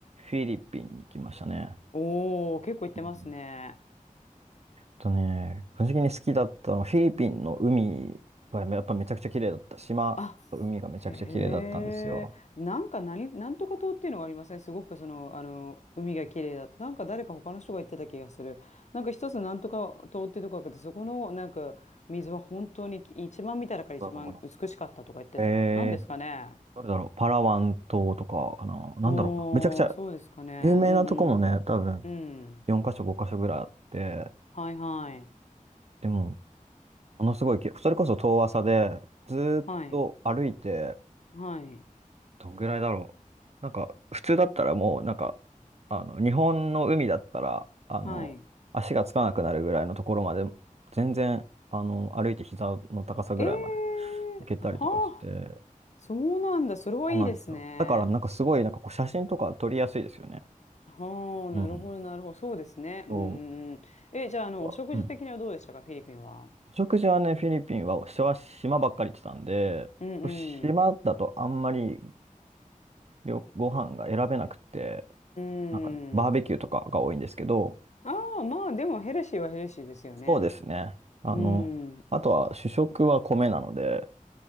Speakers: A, on the right (about 50°); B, on the left (about 55°).
A: フィリピンに行きましたね。
B: おー、結構行ってますね。
A: うんとね、個人的に好きだったのはフィリピンの海がやっぱめちゃくちゃ綺麗だった。島と海がめちゃくちゃ綺麗だったんですよ。
B: あ、へえ、なんか何、なんとか島っていうのがありません、すごくその、あの、海が綺麗だと。なんか誰か他の人が言ってた気がする。なんか一つなんとか島っていうとこがあって、そこのなんか水は本当に一番見た中から一番美しかったとか言ってて。
A: どうだろうかなえー、
B: なんですかね。
A: どれだろう、パラワン島とかかな、なんだろうな、
B: おー、
A: めちゃくちゃ
B: そうですかね。
A: 有名なとこもね、
B: うんうん。
A: 多分
B: うん。
A: 4箇所、5箇所ぐらいあって、
B: はいはい。
A: でも、ものすごいき、それこそ遠浅で、ずーっと歩いて、
B: はい。はい。
A: どんぐらいだろう。なんか、普通だったらもう、なんか、あの、日本の海だったら、あの、
B: はい。
A: 足がつかなくなるぐらいのところまで、全然、あの、歩いて膝の高さぐらいまで
B: え
A: 行けたりとかして、
B: ー、はあ、そうなんだ。それはいいですね。
A: そうなんですよ。だから、なんかすごい、なんかこう、写真とか撮りやすいですよね。
B: はあ、
A: うん。
B: なるほど、なるほど。そうですね。
A: そ
B: うんうんうん。え、じゃあ、あの、
A: う。
B: お食事的にはどうでしたか、
A: うん。
B: フィリピンは。
A: お食事はね、フィリピンは、島島ばっかり行ってたんで、
B: うんうん。
A: 島だとあんまりよご飯が選べなくて、
B: うん。
A: なんかね、バーベキューとかが多いんですけど、
B: ああ、まあ、でもヘルシーはヘルシーですよね。
A: そうですね。あの、
B: うん。
A: あとは主食は米なので、